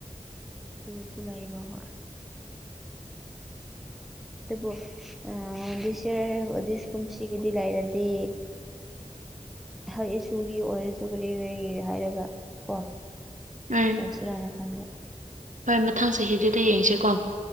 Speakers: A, in the centre; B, on the right.
A: ꯑꯗꯨꯁꯨ ꯂꯩꯕ ꯍꯣꯏ ꯑꯗꯨꯕꯨ ꯑꯥ ꯗꯤꯁꯤꯑꯔ ꯗꯤꯁ ꯀꯨꯝꯁꯤꯒꯤꯗꯤ ꯂꯩꯥꯏꯔꯗꯤ ꯍꯥꯏꯁꯨꯒꯤ ꯑꯣꯏꯔꯁꯨ ꯀꯔꯤ ꯀꯔꯤ ꯍꯥꯏꯔꯒ ꯀꯣ
B: ꯎꯝ
A: ꯇꯧꯁꯤꯔꯥꯅ ꯈꯟꯕ
B: ꯍꯣꯏ ꯃꯊꯪ ꯆꯍꯤꯗꯨꯗꯤ ꯌꯦꯡꯁꯤꯀꯣ